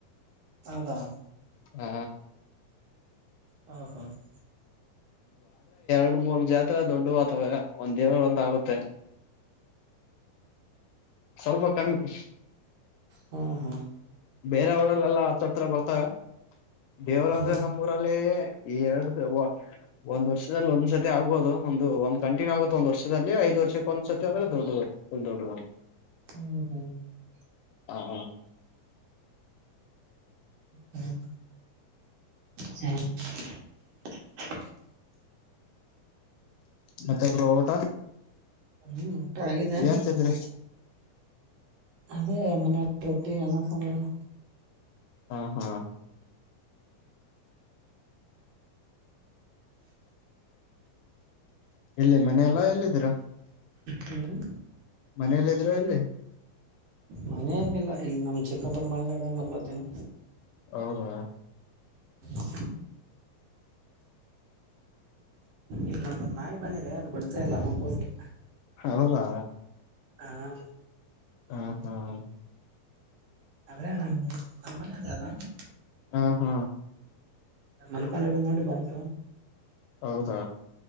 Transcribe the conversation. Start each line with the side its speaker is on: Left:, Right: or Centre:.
Right: ಹೌದಾ,
Left: ಹ
Right: ಹ ಹಾ <unintelligible>
Left: ಎರಡು ಮೂರು ಜಾತ್ರೆ ದೊಡ್ಡ ಹಾತವೆಒಂದ್ ದೇವರ ಒಂದ ಆಗುತ್ತೆ. ಸ್ವಲ್ಪ ಕಮ್ಮಿ ಈ
Right: ಹಾ, ಹಾ,
Left: ಬೇರೆಊರಲ್ಲೆಲ್ಲಾ ಹತ್ರ -ಹತ್ರ ಬರ್ತಾವ ದೇವರ
Right: ಹ್ಮ್
Left: ಅಂದ್ರೆ ನಮ್ಮ್ಊರಲ್ಲಿ ಈ ಎರಡು ಒಂದ್ ವರ್ಷದಲ್ಲಿ ಒಂದ್ ಸತಿ ಆಗ್ಬಹುದು. ಒಂದು ಒಂದ್ ಕಂಟಿನ್ಯೂ ಆಗುತ್ತೆ ಒಂದ್ ವರ್ಷದಲ್ಲಿ. ಐದು- ವರ್ಷಕ್ಕೆ ಒಂದು ಸರತಿ ಆದರೆ ದೊಡ- ದೊಡುವ.
Right: ಹ್ಮ ಹಾ <unintelligible>
Left: ಹಾ, ಹಾ,,
Right: ಹ ಹ್ಮ <inaudible> ಸರಿ <unintelligible>
Left: ಮತ್ತೆ ಬ್ರೋ ಊಟ
Right: ಹ್ಮ್ ಊಟ ಆಗಿದೆ
Left: ಏನ ತಿಂದರಿ.
Right: ಅದೇ ಮನೆಯ ರೊಟ್ಟಿ, ಅನ್ನ, ಸಾಂಬಾರು.
Left: ಹಾ, ಹಾ ಎಲ್ಲಿ ಮನೆಯಲ್ಲಾ ಎಲ್ಲ ಇದ್ರಿ
Right: ಹ್ಮ್
Left: ಮನಲ್ಲ ಇದೀರಾ ಎಲ್ಲಿ.
Right: ಮನೇಲಿ ಇಲ್ಲಾ, ಇಲ್ಲಿ ನಮ್ ಚಿಕ್ಕಪರ ಮಾಳಿಗಮ್ಯಾಲ ಮಕ್ಕೋತೀನಿ.
Left: ಹೌದಾ,
Right: ಹ <inaudible> ಇಲ್ಲೊಂದ ನಾಯಿ ಬಂದಿದೆ ಅದು ಬಿಡ್ತಾ ಇಲ್ಲಾ ಮುಂದ ಹೋಗೋಕೆ.
Left: ಹೌದಾ,
Right: ಹಾ, ಹಾ
Left: ಹಾ ಹಾ <inaudible>
Right: ಆದರೆ ನಮ್ಮ ಮನ್ಯಾಗ ಆರಾಮ <unintelligible>
Left: ಹ್ಮ್, ಹ್ಮ
Right: ಮಾಲ್ಕೊಂಡಿದ್ದ ನೋಡಿ ಬಂತ.
Left: ಹೌದಾ,